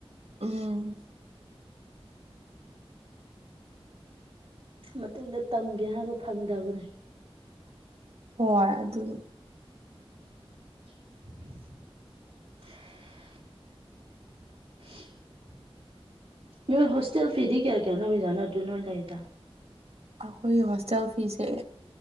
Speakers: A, on the right; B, on the right.
A: ꯎꯝ
B: ꯃꯇꯨꯡꯗ ꯇꯝꯒꯦ ꯍꯥꯏꯕ ꯐꯪꯗꯕꯅꯦ
A: ꯍꯣꯏ ꯑꯗꯨꯅꯤ
B: <inaudible> <inaudible> ꯅꯣꯏ ꯍꯣꯁꯇꯦꯜ ꯐꯤꯗꯤ ꯀꯌꯥ ꯀꯌꯥ ꯅꯣꯏꯣꯏꯖꯥꯅꯣ ꯑꯗꯨ ꯅꯣꯏ ꯂꯩꯗ
A: ꯑꯩꯈꯣꯏꯒꯤ ꯍꯣꯁꯇꯦꯜ ꯐꯤꯁꯦ